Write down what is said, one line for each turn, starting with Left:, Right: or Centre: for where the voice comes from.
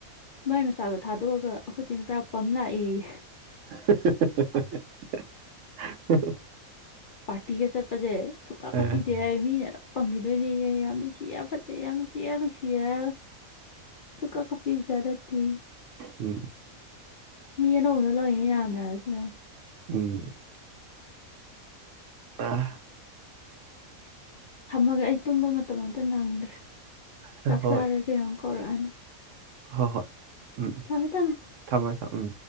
Left: ꯃꯥꯏ ꯃꯆꯥꯗꯣ ꯊꯥꯗꯣꯛꯑꯒ꯫ ꯑꯩꯈꯣꯏ ꯆꯦ ꯃꯆꯥ ꯄꯝ ꯂꯥꯛꯑꯦꯌꯦ꯫
Right: <inaudible>
Left: ꯄꯥꯇꯤꯒꯦ ꯆꯠ ꯄꯖꯦ ꯊꯨꯀꯥ ꯀꯥꯄꯤ
Right: ꯑ
Left: ꯗ ꯏꯃꯤ ꯄꯝꯒꯤꯗꯣꯏꯅꯦꯌꯦꯌꯥꯌꯥ꯫ ꯅꯨꯡꯁꯤꯌꯥ ꯐꯠꯇꯌꯥꯅꯅꯨꯡꯁꯤꯌꯥꯅꯅꯨꯡꯁꯤꯌꯥ ꯁꯀ ꯄꯤꯛꯖꯥꯗ ꯊꯤ
Right: ꯎꯝ꯫
Left: ꯃꯤꯅꯧꯗ ꯂ ꯌꯥꯅ ꯂ ꯁꯤ
Right: ꯎꯝ꯫ ꯑꯥ꯫
Left: ꯊꯝꯃꯒꯦ ꯑꯩ ꯇꯨꯝꯕ ꯃꯇꯝ ꯑꯝꯇ ꯅꯪꯗ꯭ꯔꯦ꯫
Right: ꯍꯣꯏ
Left: ꯆꯥꯛ ꯆꯥꯔꯁꯤ ꯌꯦꯡꯉꯣ ꯀꯧꯔꯛꯑꯅꯤ꯫
Right: ꯍꯣꯏ ꯍꯣꯏ ꯎꯝ ꯎꯝ
Left: ꯊꯝꯃꯦ ꯊꯝꯃꯦ
Right: ꯊꯝꯃꯣ ꯊꯝ ꯎꯝ꯫